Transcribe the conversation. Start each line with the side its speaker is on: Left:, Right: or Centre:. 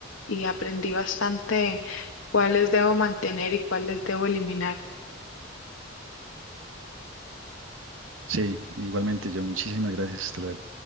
Left: y aprendí bastante cuáles debo mantener y cuáles debo eliminar.
Right: Sí, igualmente yo. Muchísimas gracias. Hasta luego.